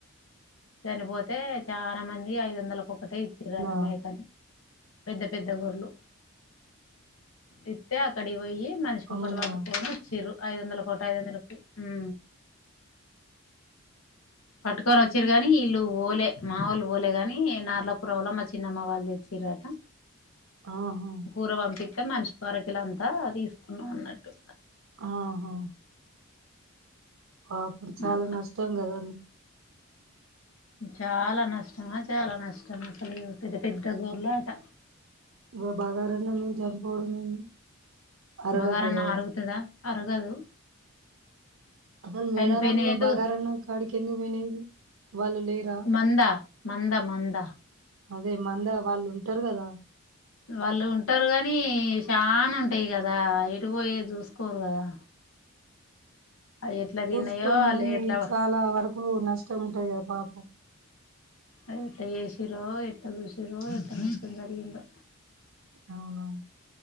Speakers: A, on the left; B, on the right.
A: చనిపోతే చాలా మంది ఐదు వందలకొక్కటే ఇచ్చ్రట
B: అవునా
A: మేకని పెద్ద పెద్ద గోర్రులు ఇత్తే అక్కడికి పోయి మనిషికొకటి
B: అవునా
A: పట్టుకొని వచ్చిర్రు ఐదు వందల ఒకటి ఐదు వందల కి ఉం పట్టుకొని వచ్చిరు కాని వీళ్ళు పోలే మా వోళ్లు పోలే గాని నార్లపురంలో మా చిన్నమ్మ వాళ్ళు తెచ్చి రట
B: ఆహా
A: కూర పంపిత్తే మనిషి కో ఆర కిలో అంత తీసుకున్నం అన్నట్టు
B: ఆహా పాపం
A: అట్లా
B: చాలా నష్టం కదా
A: చాలా నష్టమా చాలా నష్టం అసలు పెద్ద పెద్ద గోర్రులు అట
B: ఇగ బగారన్నం తిని చనిపోవడం ఏంది అరగక
A: బగారన్నం
B: కావచ్చు
A: అరుగుతుదా అరగదు
B: అసలు
A: చనిపోయినవి
B: మేడారంలో
A: అయితే
B: బగారన్నం కాడికి కేందుకు పోయినవి ఇవి వాళ్ళు లేరా
A: మంద మంద మంద
B: అదే మంద వాళ్ళు ఉంటరు కదా
A: వాళ్ళు ఉంటారు గానీ చాన ఉంటాయి కదా ఎటు పోయేది చూసుకోరు కదా అవి ఎట్లా
B: కోసుకోరు
A: తిన్నాయో వాళ్ళు
B: మరి
A: ఎట్లా
B: చాలా వరకు నష్టం ఉంటాది కదా పాపం
A: ఎట్ల చేసిరో ఎట్ల చూసిరో ఎట్ల నష్టం జరిగిందో
B: అవును